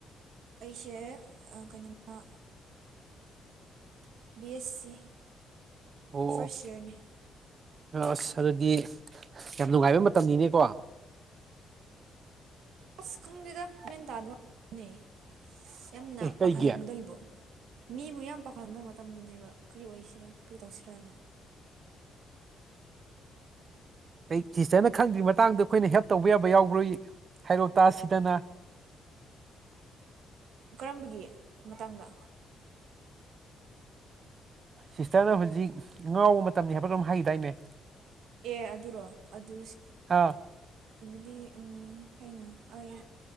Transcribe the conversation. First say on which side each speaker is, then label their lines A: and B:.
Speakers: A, on the right; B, on the right.
A: ꯑꯩꯁꯦ ꯑ-ꯀꯩꯅꯣꯃ ꯕꯤ ꯑꯦꯁ ꯁꯤ
B: ꯑꯣ
A: ꯐꯥꯔꯁ ꯌꯥꯔꯅꯤ꯫
B: ꯑꯁ ꯑꯗꯨꯗꯤ ꯌꯥꯝ ꯅꯨꯡꯉꯥꯏꯕ ꯃꯇꯝꯅꯤꯅꯦꯀꯣ꯫
A: ꯑꯁ ꯈꯪꯗꯦꯗ ꯃꯦꯟ ꯇꯥꯗꯕꯅꯦ꯫ ꯌꯥꯝꯅ
B: ꯀꯩꯒꯤ
A: ꯄꯥꯈꯠꯍꯟꯕꯗ ꯑꯩꯕꯣ꯫ ꯃꯤꯕꯨ ꯌꯥꯝ ꯄꯥꯈꯠꯍꯟꯕ ꯃꯇꯝꯗꯨꯅꯦꯕ ꯀ꯭ꯔꯤ ꯑꯣꯏꯁꯤꯔꯥ ꯀ꯭ꯔꯤ ꯇꯧꯁꯤꯔꯥꯅ꯫
B: ꯑꯩ ꯁꯤꯁꯇꯔꯅ ꯈꯪꯗ꯭ꯔꯤ ꯃꯇꯥꯡꯗ ꯑꯈꯣꯏꯅ ꯍꯦꯜꯞ ꯇꯧꯕ ꯌꯥꯕ ꯌꯥꯎꯕ꯭ꯔꯣ ꯍꯥꯏꯔꯣ ꯇꯥꯁꯤꯗꯅ꯫ <unintelligible>
A: ꯀꯔꯝꯕꯒꯤ ꯃꯇꯥꯡꯗ꯫
B: ꯁꯤꯁꯇꯔꯅ ꯍꯧꯖꯤꯛ ꯉꯥꯎꯕ ꯃꯇꯝꯅꯤ ꯍꯥꯏꯕ꯭ꯔꯥ ꯀꯩꯅꯣꯝ ꯍꯥꯏꯒꯤꯗꯥꯏꯅꯦ꯫
A: ꯑꯦ ꯑꯗꯨꯔꯣ ꯑꯗꯨ
B: ꯑꯥ
A: ꯗꯤ ꯎꯝ ꯑꯩꯅ ꯑꯩ